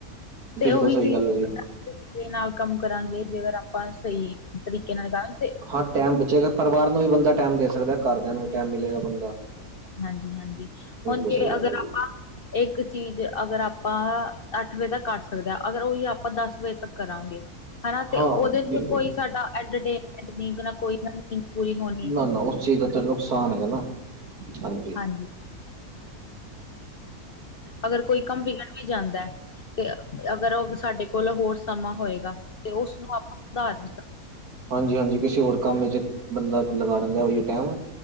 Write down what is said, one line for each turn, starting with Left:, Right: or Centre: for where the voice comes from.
Left: ਤੇ
Right: ਬਿਲਕੁਲ
Left: ਉਹੀ
Right: ਸਹੀ
Left: ਚੀਜ਼
Right: ਗੱਲ ਹੈ ਜੀ
Left: ਤਰੀਕੇ ਨਾਲ ਕੰਮ ਕਰਾਂਗੇ ਜੇਕਰ ਆਪਾਂ ਸਹੀ ਤਰੀਕੇ ਨਾਲ ਕਰਾਂ
Right: ਹਾਂ ਟੈਮ ਬਚੇਗਾ ਪਰਿਵਾਰ ਨੂੰ ਵੀ ਬੰਦਾ ਟਾਈਮ ਦੇ ਸਕਦਾ ਘਰਦਿਆਂ ਨੂੰ ਵੀ ਟਾਈਮ ਮਿਲੇਗਾ ਬੰਦਾ
Left: ਹਾਂਜੀ ਹਾਂਜੀ
Right: ਬਿਲਕੁਲ
Left: ਹੁਣ ਜੇ
Right: ਸਹੀ ਗੱਲ
Left: ਅਗਰ
Right: ਹੈ ਜੀ
Left: ਆਪਾਂ ਇੱਕ ਚੀਜ਼ ਅਗਰ ਆਪਾਂ ਅੱਠ ਵਜੇ ਤੱਕ ਕਰ ਸਕਦੇ ਹਾਂ ਅਗਰ ਉਹੀ ਆਪ ਆਪਾਂ ਦਸ ਵਜੇ ਤੱਕ ਕਰਾਂਗੇ ਹਨਾ ਤੇ
Right: ਹਾਂ
Left: ਉਹਦੇ ਚ
Right: ਬਿਲਕੁਲ
Left: ਕੋਈ ਸਾਡਾੇਮਟ ਕੋਈ ਨੀਂਦ ਪੂਰੀ ਹੋਣੀ
Right: ਨਾ ਉਸ ਚੀਜ਼ ਦਾ ਤੇ ਨੁਕਸਾਨ ਹੈਗਾ ਨਾ ਹਾਂਜੀ
Left: ਹਾਂਜੀ ਅਗਰ ਕੋਈ ਕੰਮ ਵਿਗੜ ਵੀ ਜਾਂਦਾ ਤੇ ਅਗਰ ਉਹ ਸਾਡੇ ਕੋਲ ਹੋਰ ਸਮਾਂ ਹੋਏਗਾ ਤੇ ਉਸਨੂੰ ਆਪਾਂ ਸੁਧਾਰ ਵੀ ਸਕ
Right: ਹਾਂਜੀ ਹਾਂਜੀ ਕਿਸੇ ਹੋਰ ਕੰਮ ਵਿੱਚ ਬੰਦਾ ਲਗਾ ਦਿੰਦਾ ਟਾਈਮ